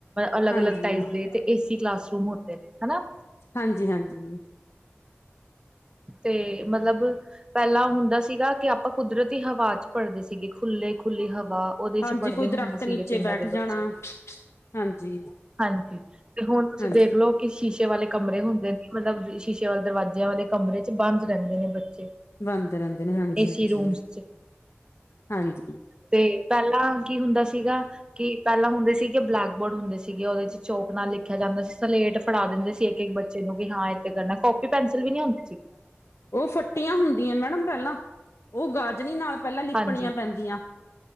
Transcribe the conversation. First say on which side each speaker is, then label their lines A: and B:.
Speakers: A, on the right; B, on the left.
A: ਅਲੱਗ
B: ਹਾਂਜੀ-ਹਾਂਜੀ,
A: ਅਲੱਗ ਟਾਈਪ ਦੇ ਤੇ ਏਸੀ ਕਲਾਸਰੂਮ ਹੁੰਦੇ ਨੇ ਹਨਾ।
B: ਹਾਂਜੀ- ਹਾਂਜੀ
A: ਤੇ ਮਤਲਬ ਪਹਿਲਾਂ ਹੁੰਦਾ ਸੀਗਾ ਕਿ ਆਪਾਂ ਕੁਦਰਤੀ ਹਵਾ 'ਚ ਪੜ੍ਹਦੇ ਸੀਗੇ ਖੁੱਲੇ ਖੁੱਲੀ ਹਵਾ ਉਹਦੇ
B: ਹਾਂਜੀ,
A: 'ਚ ਪੜ੍ਹਦੇ
B: ਕੋਈ
A: ਹੁੰਦੇ
B: ਦਰਖਤ
A: ਸੀਗੇ
B: ਨੀਚੇ
A: ਪਿੰਡਾਂ
B: ਬੈਠ
A: ਦੇ
B: ਜਾਣਾ,
A: ਬੱਚੇ
B: ਹਾਂਜੀ,
A: ਹਾਂਜੀ ਤੇ ਹੁਣ ਤੁਸੀਂ
B: ਹਾਂਜੀ।
A: ਦੇਖ ਲਓ ਕਿ ਸ਼ੀਸ਼ੇ ਵਾਲੇ ਕਮਰੇ ਹੁੰਦੇ ਨੇ ਮਤਲਬ ਸ਼ੀਸ਼ੇ ਵਾਲੇ ਦਰਵਾਜਿਆਂ ਵਾਲੇ ਕਮਰੇ 'ਚ ਬੰਦ ਰਹਿੰਦੇ ਨੇ ਬੱਚੇ
B: ਬਣਦੇ ਰਹਿੰਦੇ ਨੇ ਹਾਂਜੀ
A: ਏਸੀ
B: -ਹਾਂਜੀ
A: ਰੂਮਸ ਚ
B: -ਹਾਂਜੀ।
A: ਤੇ ਪਹਿਲਾਂ ਕੀ ਹੁੰਦਾ ਸੀਗਾ ਕਿ ਪਹਿਲਾਂ ਹੁੰਦੇ ਸੀਗੇ ਬਲੈਕ ਬੋਰਡ ਹੁੰਦੇ ਸੀ। ਸੀਗੇ ਉਹਦੇ 'ਚ ਚੋਕ ਨਾਲ ਲਿਖਿਆ ਜਾਂਦਾ ਸੀ ਸਲੇਟ ਫੜਾ ਦਿੰਦੇ ਸੀ ਇੱਕ ਇੱਕ ਬੱਚੇ ਨੂੰ ਕਿ ਹਾਂ ਇੱਥੇ ਕਰਨਾ ਕੋਪੀ ਪੈਨਸਿਲ ਵੀ ਨਹੀ ਹੁੰਦੀ।
B: ਉਹ ਫੱਟੀਆਂ ਹੁੰਦੀਆਂ ਮੈਡਮ ਪਹਿਲਾਂ ਉਹ ਗਾਜਨੀ ਨਾਲ ਪਹਿਲਾਂ ਲਿਪਣੀਆਂ
A: ਹਾਂਜੀ,
B: ਪੈਂਦੀਆਂ